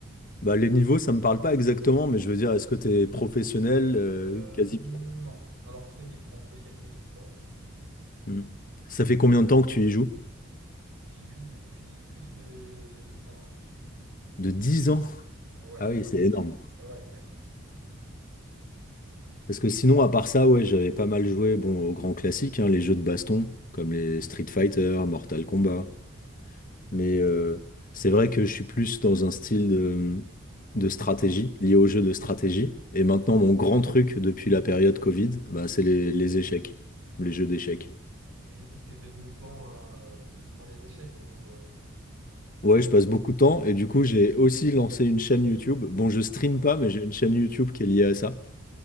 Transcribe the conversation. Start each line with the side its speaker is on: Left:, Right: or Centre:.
Left: Bah, les niveaux, ça me parle pas exactement,
Right: Ok.
Left: mais je veux dire, est-ce que t'es professionnel, euh,
Right: Euh,
Left: quasi
Right: non.
Left: pro?
Right: Alors, semi-pro, on peut dire semi-pro. ouais.
Left: Hmm. Ça fait combien de temps que tu y joues?
Right: J'y joue depuis plus de, de 10 ans.
Left: De 10 ans?
Right: Ouais,
Left: Ah oui,
Right: ouais,
Left: c'est énorme.
Right: ouais. Ouais, c'est vrai.
Left: Parce que sinon, à part ça, ouais, j'avais pas mal joué bon, aux grands classiques, hein, les jeux de baston, comme les Street Fighter, Mortal Kombat. Mais euh, c'est vrai que je suis plus dans un style de, de stratégie, lié aux jeux de stratégie. Et maintenant, mon grand truc depuis la période Covid, bah, c'est les, les échecs, les jeux d'échecs.
Right: Et du coup, t'es devenu bon euh, dans les échecs ou, euh,
Left: Ouais,
Right: ou c'est
Left: je passe
Right: comment?
Left: beaucoup de temps et du coup, j'ai aussi lancé une chaîne YouTube. Bon, je stream
Right: Ah ouais.
Left: pas, mais j'ai une chaîne YouTube qui est liée à ça.